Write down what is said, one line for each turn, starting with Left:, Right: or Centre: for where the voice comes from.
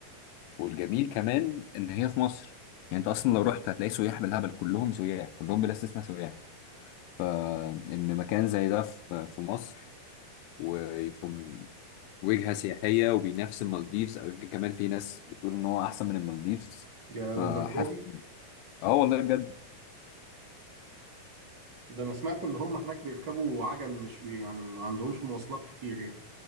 Left: والجميل كمان إن هي في مصر يعني أنت أصلا لو رحت هتلاقي سياح بالهبل كلهم سياح كلهم بلا استثناء سياح فإن مكان زي ده في في مصر ويكون وجهة سياحية وبينافس المالديفز أو يمكن كمان في ناس بتقول إن هو أحسن من المالديفز
Right: يا
Left: فحاسس
Right: للدرجة دي
Left: آه والله بجد
Right: ده انا سمعت ان هم هناك بيركبوا عجل مش بي يعني ما عندهمش مواصلات كتير يعني